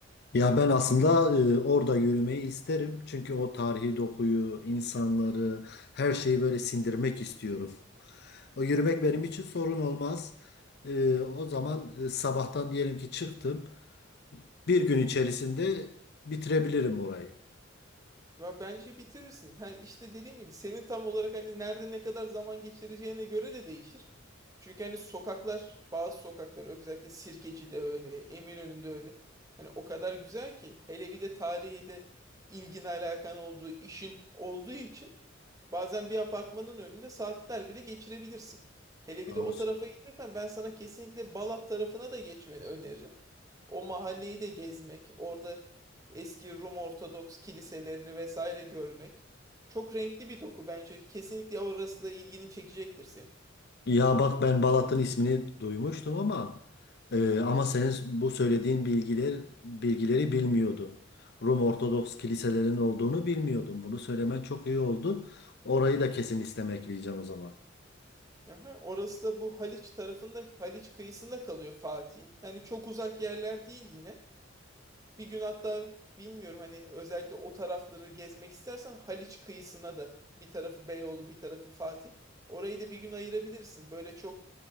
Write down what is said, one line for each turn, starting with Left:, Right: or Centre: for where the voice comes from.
Left: Ya ben aslında e, orada yürümeyi isterim. Çünkü o tarihi dokuyu, insanları, her şeyi böyle sindirmek istiyorum. O yürümek benim için sorun olmaz. E, o zaman e, sabahtan diyelim ki çıktım. Bir gün içerisinde bitirebilirim orayı
Right: Ve bence bitirirsin. Ha, işte dediğim gibi senin tam olarak hani nerede ne kadar zaman geçireceğine göre de değişir. Çünkü hani sokaklar, bazı sokaklar özellikle Sirkeci'de öyle, Eminönü'nde öyle. Hani o kadar güzel ki hele bir de tarihi de ilgin alakan olduğu işin olduğu için bazen bir apartmanın önünde saatler bile geçirebilirsin. Hele bir
Left: doğrusu.
Right: de o tarafa gidiyorsan ben sana kesinlikle Balat tarafına da geçmeni öneririm. O mahalleyi de gezmek, orada eski Rum Ortodoks kiliselerini vesaire görmek. Çok renkli bir doku bence. Kesinlikle orası da ilgini çekecektir senin.
Left: Ya bak ben Balat'ın ismini duymuştum ama e, ama senin bu söylediğin bilgiler bilgileri bilmiyordum. Rum Ortodoks kiliselerinin olduğunu bilmiyordum. Bunu söylemen çok iyi oldu. Orayı da kesin istemekleyeceğim o zaman.
Right: Aha, orası da bu Haliç tarafında, Haliç kıyısında kalıyor Fatih'in. Hani çok uzak yerler değil yine. Bir gün hatta bilmiyorum hani özellikle o tarafları gezmek istersen Haliç kıyısına da bir tarafı Beyoğlu bir tarafı Fatih. Orayı da bir gün ayırabilirsin. Böyle çok